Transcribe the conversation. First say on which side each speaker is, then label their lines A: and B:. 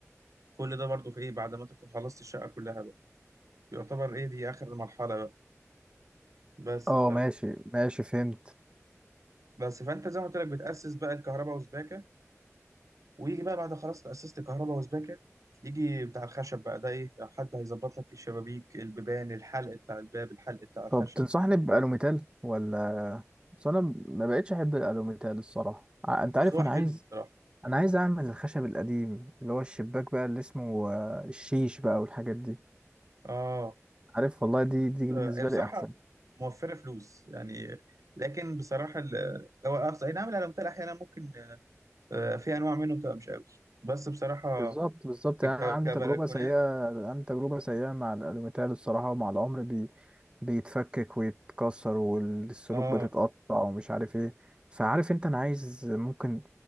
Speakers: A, on the right; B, on the right.
A: كل ده برضو في ايه بعد ما تكون خلصت الشقة كلها بقى يعتبر ايه دي آخر المرحلة بقى بس
B: اه
A: ف
B: ماشي ماشي فهمت
A: بس فانت زي ما قلت لك بتأسس بقى الكهرباء وسباكة ويجي بقى بعد خلاص تأسست كهرباء وسباكة يجي بتاع الخشب بقى ده ايه حد هيظبط لك الشبابيك البيبان الحلق بتاع الباب الحلق بتاع الخشب
B: طب تنصحني
A: مش عارف
B: بألوميتال ولا بس انا ما بقتش احب الألوميتال الصراحة ع- انت
A: بس
B: عارف
A: هو
B: انا
A: حلو
B: عايز
A: بصراحة
B: انا عايز اعمل الخشب القديم اللي هو الشباك بقى اللي اسمه آه، الشيش بقى والحاجات دي
A: اه
B: عارف والله دي دي
A: هي
B: بالنسبة
A: بصراحة
B: لي احسن
A: موفرة فلوس يعني لكن بصراحة ال- هو أقصى- اي نعم الألمتال احيانا ممكن آه، في انواع منه بتبقى مش قوي بس بصراحة
B: بالظبط بالظبط
A: ك-
B: يعني انا عندي
A: كبلكونات
B: تجربه سيئه عندي تجربه سيئه مع الالوميتال الصراحه ومع العمر بي... بيتفكك ويتكسر والسلوك
A: اه
B: بتتقطع ومش عارف ايه فعارف انت انا عايز ممكن